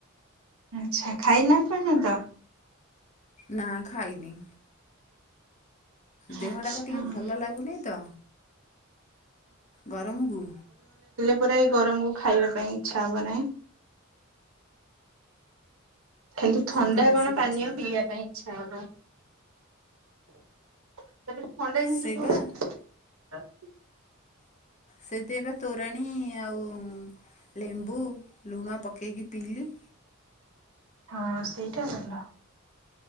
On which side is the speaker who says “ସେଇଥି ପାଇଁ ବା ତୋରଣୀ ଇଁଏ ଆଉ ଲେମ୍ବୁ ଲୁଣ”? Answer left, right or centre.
Left